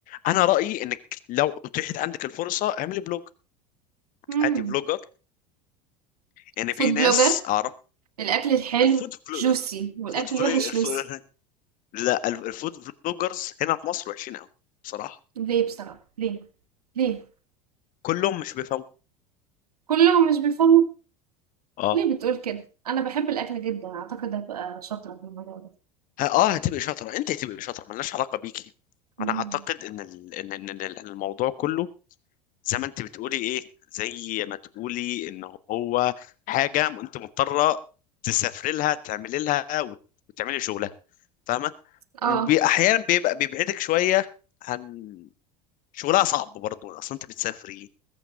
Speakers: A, on the left; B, on the right.
A: انا رايي انك لو اتيحت عندك الفرصه اعملي بلوج
B: مم.
A: عادي فلوجر يعني
B: فود
A: في ناس
B: بلوجر
A: اعرف
B: الأكل الحلو
A: الفود فلو...
B: جوسي والأكل
A: الفود فلو...
B: الوحش
A: الف...
B: لوسي
A: لا ال- الفود فلوجرز هنا في مصر وحشين قوي بصراحه
B: ليه بصراحة ليه ليه
A: كلهم مش بيفهموا
B: كلهم مش بيفهموا
A: اه
B: ليه بتقول كده أنا بحب الأكل جدا أعتقد هبقى شاطرة في الموضوع ده
A: ه- اه هتبقى شاطره انت هتبقى شاطره ملناش علاقه بيكي
B: مم.
A: انا اعتقد ان ال... ان إن- إن الموضوع كله زي ما انت بتقولي ايه زي ما تقولي ان هو حاجه انت مضطره تسافري لها تعملي لها وت- وتعملي شغلها فاهمه
B: اه
A: واحيانا بيبقى بيبعدك شويه عن شغلها صعب برضه اصلا انت بتسافري